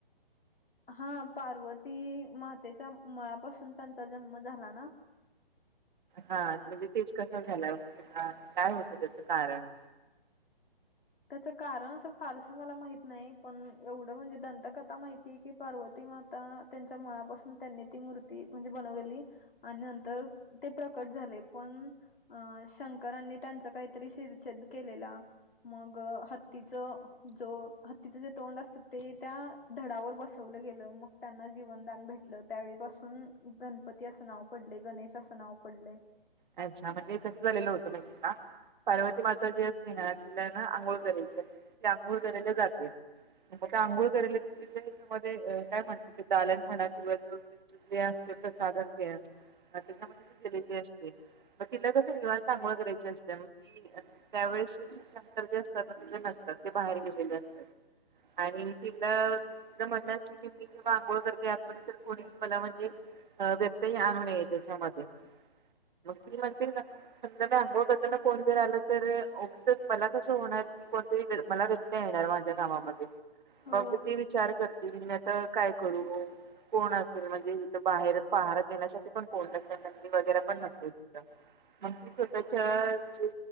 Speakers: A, on the left (about 75°); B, on the right (about 55°).
A: हा पार्वती मातेच्या मळापासून त्यांचा जन्म झाला ना?
B: हा म्हणजे तेच कस झाला? काय होतं त्याचं कारण?
A: त्याचं कारण असं फारसं मला माहत नाही, पण एवढं म्हणजे दंतकथा माहितीय की पार्वती माता त्यांच्या मळापासून त्यांनी ती मूर्ती म्हणजे बनवलेली. आणि नंतर ते प्रकट झाले. पण अं शंकरांनी त्यांचा काहीतरी शिरछेद केलेला. मग हत्तीचं जो हत्तीचं जे तोंड असतं ते त्या धडावर बसवलं गेलं, मग त्यांना जीवनदान भेटलं. त्यावेळीपासून गणपती असं नाव पडले गणेश असं नाव पडले.
B: अच्छा! म्हणजे ते कसं झालेलं होतं माहितीे का? पार्वती माता जी असते ना तिला ना आंघोळ करायची असते. ती आंघोळ करायला जाते. मग का अंघोळ कराले त तिथ त्याच्यामध्ये काय म्हणत ते दालन म्हणा किंवा जे असते तर साधन के, त्याच्यामध्ये त केलेली अस मग तिला कस निवांत अंघोळ करायची असते मग त त्यावेळेस श -शंकर जे असतात ना, तिथे नसतात. ते बाहेर गेलेले असतात. आणि तिला तिचं म्हणणं असत की, मी जेव्हा आंघोळ करते आतमध्ये तर कोणी मला म्हणजे अ व्यतही आणू नये त्याच्यामध्ये. मग ती म्हणती समजा मी आंघोळ करताना जर आला तर, ओगीच मला कसं होणार. कोणरी मला व्यत्यय येणार माझ्या कमा,
A: हो
B: मग ती विचार कर मी आता काय करू? कोण असेल म्हणजे इथे बाहेर पहार देण्यासाठी पण कोण नसेल, नंदी वगैरे पण नसते. मग ती स्वतःच्या जे